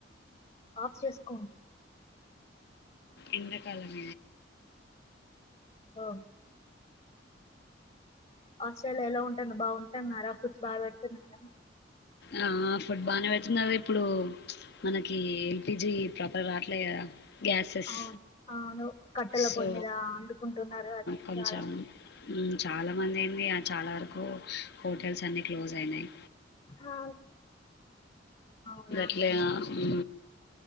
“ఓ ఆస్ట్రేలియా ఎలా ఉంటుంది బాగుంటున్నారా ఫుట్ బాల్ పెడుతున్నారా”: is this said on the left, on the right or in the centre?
Left